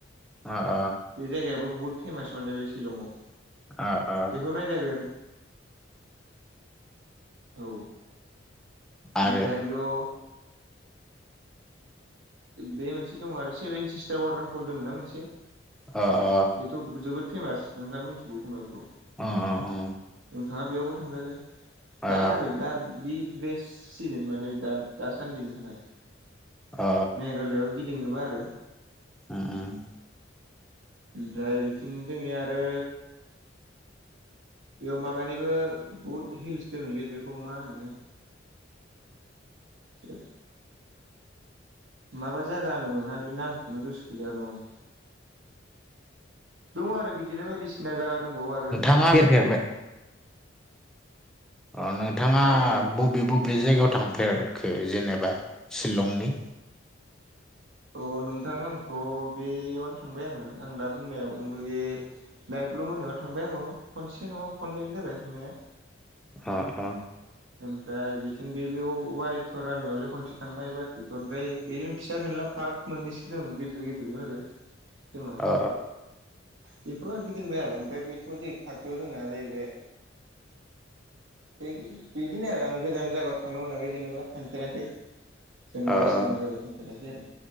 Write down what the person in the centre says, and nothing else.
अ अ
ओ ओ
आरो
अ अ
अ अ अ
अ
ओ
उम उम
आबाय <unintelligible> अ नोंथाङा
बबे बबे जायगायाव थांफेरखो जेनेबा सिलंनि--?
अ अ
अ
अ
अ